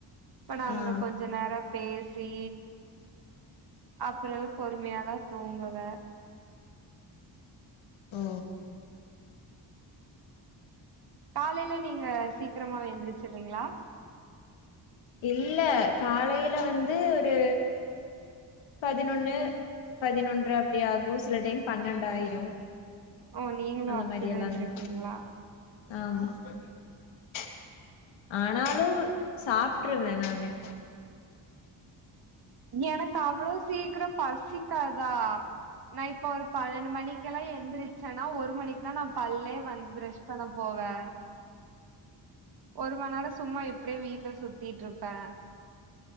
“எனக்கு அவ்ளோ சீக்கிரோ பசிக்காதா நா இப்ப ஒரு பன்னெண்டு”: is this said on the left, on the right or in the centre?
Right